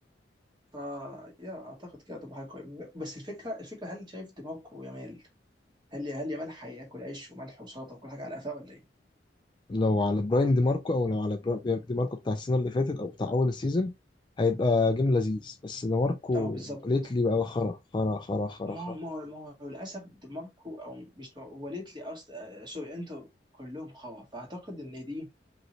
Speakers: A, on the right; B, on the left.
A: فا يا اعتقد كده تبقى حاجه كويسه ب- بس الفكره الفكره هل شايف دماغكم يا مال هل هل يا مال هياكل عيش وملح وسلطه وكل حاجه على قفاه ولا ايه؟
B: لو على براين دي ماركو او لو على برا- دي ماركو بتاع السنه اللي فاتت او بتاع اول السيزون هيبقى جيم لذيذ بس دي ماركو
A: اه بالظبط
B: ليتلي بقى خرا خرا خرا خرا
A: ما
B: خرا
A: هو ما هو ما هو للاسف دماغكم او مش دماغكو، هو ليت لي اصلا سوري انتوا كلهم خوا فاعتقد ان دي